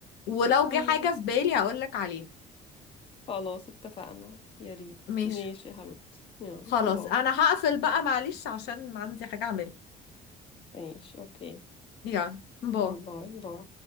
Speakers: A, on the left; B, on the left.
A: ولو
B: مم.
A: جه حاجه في بالي هقول لك عليها
B: خلاص اتفقنا يا ريت
A: ماشي
B: ماشي يا حبيبتي يلا
A: خلاص
B: باي
A: انا هقفل بقى معلش عشان عندي حاجه اعملها
B: ماشي اوكي
A: يلا باي
B: باي باي باي